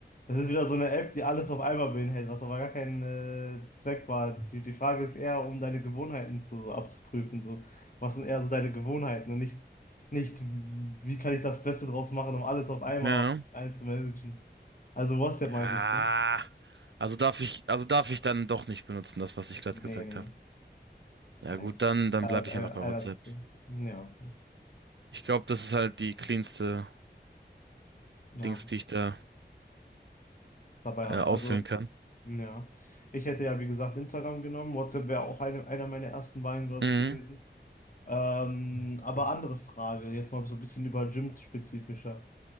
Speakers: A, on the left; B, on the right.
A: Das ist wieder so eine App, die alles auf einmal beinhält, was aber gar kein äh, Zweck war. Die, die Frage ist eher, um deine Gewohnheiten zu, so abzuprüfen. So. Was sind eher so deine Gewohnheiten und nicht, nicht, wie kann ich das Beste draus machen, um alles auf einmal
B: Ja.
A: einzumanagen. Also WhatsApp
B: Ja.
A: meintest du?
B: Also darf ich, also darf ich dann doch nicht benutzen, das, was ich gerade
A: Nee,
B: gesagt
A: nee,
B: habe. Ja
A: nein.
B: gut, dann, dann
A: Da
B: bleibe
A: ist einer,
B: ich einfach bei
A: einer
B: WhatsApp.
A: zu viel. Ja, okay.
B: Ich glaube, das ist halt die cleanste
A: ja,
B: Dings, die ich da
A: dabei
B: äh,
A: hast
B: auswählen
A: du. Also,
B: kann.
A: ja. Ich hätte ja, wie gesagt, Instagram genommen. WhatsApp wäre auch eine, einer meiner ersten Wahlen, glaube
B: Mhm.
A: ich, gewesen. Ähm, aber andere Frage, jetzt mal so ein bisschen über Gym spezifischer.